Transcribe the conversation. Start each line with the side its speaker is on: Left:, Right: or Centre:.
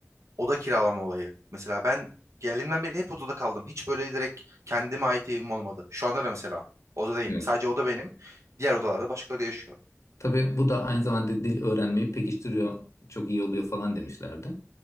Right: Oda kiralama olayı. Mesela ben geldiğimden beri hep odada kaldım. Hiç böyle direkt kendime ait evim olmadı. Şu anda da mesela odadayım.
Left: Evet.
Right: Sadece oda benim. Diğer odalarda başkaları yaşıyor.
Left: Tabii bu da aynı zamanda dil öğrenmeyi pekiştiriyor, çok iyi oluyor falan demişlerdi.